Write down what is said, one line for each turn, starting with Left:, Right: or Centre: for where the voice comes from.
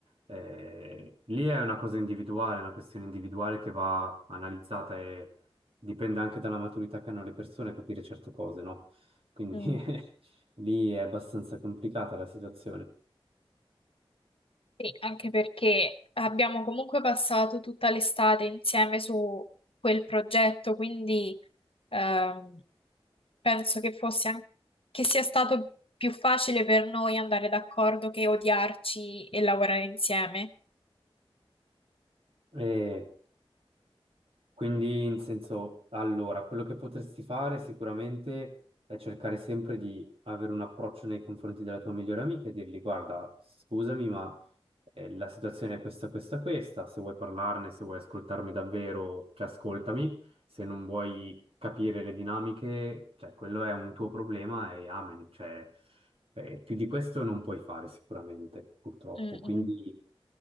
Right: Eh, lì è una cosa individuale, una questione individuale che va analizzata e dipende anche dalla maturità che hanno le persone capire certe cose, no? Quindi
Left: Mm.
Right: <laughs> lì è abbastanza complicata la situazione.
Left: Sì, anche perché abbiamo comunque passato tutta l'estate insieme su quel progetto, quindi ehm, penso che fosse an- che sia stato più facile per noi andare d'accordo che odiarci e lavorare insieme.
Right: E Quindi, in senso, allora, quello che potresti fare sicuramente è cercare sempre di avere un approccio nei confronti della tua migliore amica e dirgli, guarda, scusami, ma eh, la situazione è questa, questa, questa, se vuoi parlarne, se vuoi ascoltarmi davvero, cioè ascoltami, se non vuoi capire le dinamiche, cioè quello è un tuo problema e amen, cioè eh, più di questo non puoi fare sicuramente, purtroppo,
Left: Mm,
Right: quindi,
Left: mm.